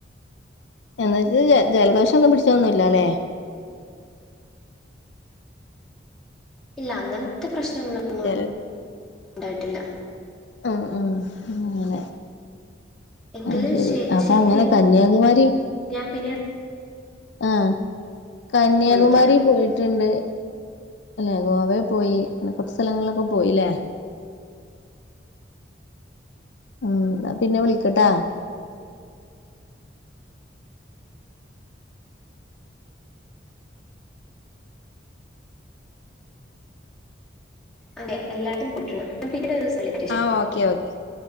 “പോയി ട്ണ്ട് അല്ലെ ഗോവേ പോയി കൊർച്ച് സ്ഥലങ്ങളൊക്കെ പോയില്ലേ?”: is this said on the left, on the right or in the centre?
Left